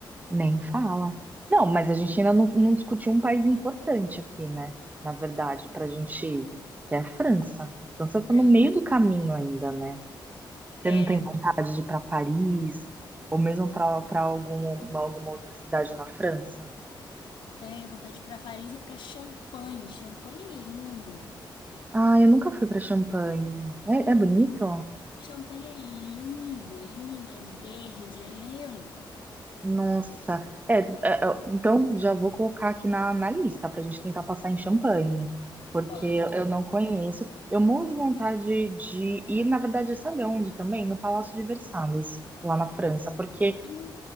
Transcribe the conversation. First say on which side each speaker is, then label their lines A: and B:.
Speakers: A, on the right; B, on the left.
A: Nem fala. Não, mas a gente ainda não, não discutiu um país importante aqui, né? Na verdade, pra gente ir, que é a França. A França tá
B: Franz.
A: no meio do caminho ainda, né? Você
B: É,
A: não tem vontade de ir pra Paris, ou mesmo pra para algum, alguma outra cidade na França?
B: tenho vontade de ir pra Paris e pra Champanhe. Champanhe é lindo.
A: Ah, eu nunca fui pra Champagne. É, é bonito?
B: Champanhe é lindo, é lindo, é verde, é lindo.
A: Nossa, é, é, é, então já vou colocar aqui na, na lista para a gente tentar passar em Champanhe, porque
B: Pode.
A: eu não conheço. Eu morro de vontade de ir, na verdade, sabe onde também? No Palácio de Versalhes, lá na França, porque
B: Eu não